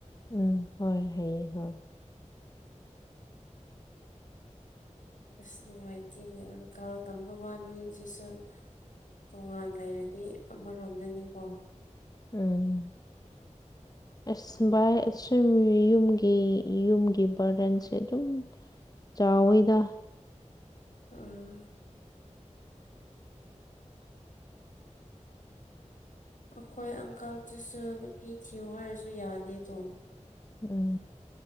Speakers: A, on the left; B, on the left.
A: ꯎꯝ ꯍꯣꯏ ꯍꯩꯌꯦ ꯍꯣꯏ
B: ꯑꯁ ꯅꯨꯡꯉꯥꯏꯇꯦꯅꯦ ꯑꯪꯀꯜꯒꯥ ꯃꯕꯥꯅꯤ ꯖꯤꯁꯨ ꯇꯣꯉꯥꯟ ꯂꯩꯔꯗꯤ ꯑꯃꯥꯔꯣꯝꯗꯅꯤꯀꯣ
A: ꯎꯝ ꯑꯁ ꯚꯥꯏ ꯑꯩꯁꯨ ꯌꯨꯝꯒꯤ ꯌꯨꯝꯒꯤ ꯕ꯭ꯔꯗꯟꯁꯦ ꯑꯗꯨꯝ ꯆꯥꯎꯋꯤꯗꯥ
B: ꯎꯝ ꯑꯩꯈꯣꯏ ꯑꯪꯀꯜꯗꯨꯁꯨ ꯅꯨꯄꯤ ꯊꯤꯌꯨ ꯍꯥꯏꯔꯁꯨ ꯌꯥꯗꯦꯗꯣ
A: ꯎꯝ